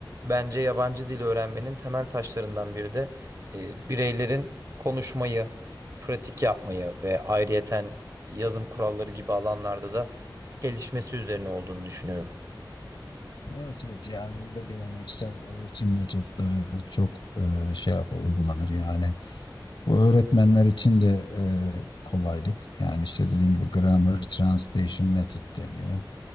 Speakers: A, on the right; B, on the left.
A: bence yabancı dil öğrenmenin temel taşlarından biri de e, bireylerin konuşmayı, pratik yapmayı ve ayrıyeten yazım kuralları gibi alanlarda da gelişmesi üzerine olduğunu düşünüyorum.
B: Evet evet yani bizde geleneksel öğretim metotları çok e, şey yapar uygulanır yani. Bu öğretmenler için de e, kolaylık. Yani işte dediğin gibi grammar translation method deniyor.